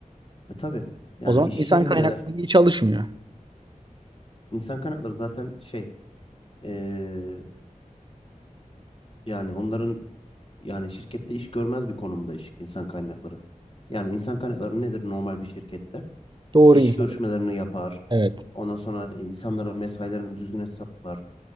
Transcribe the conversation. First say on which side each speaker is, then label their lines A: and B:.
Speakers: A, on the left; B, on the right.
A: e, tabii yani
B: O zaman
A: iş
B: insan
A: yeri
B: kaynakları
A: güzel.
B: iyi çalışmıyor.
A: İnsan kaynakları zaten şey e, yani onların yani şirkette iş görmez bir konumda iş insan kaynakları. Yani insan kaynakları nedir normal bir şirkette?
B: Doğru
A: İş
B: insan.
A: görüşmelerini yapar.
B: Evet.
A: Ondan sonra insanların mesailerini düzgün hesaplar.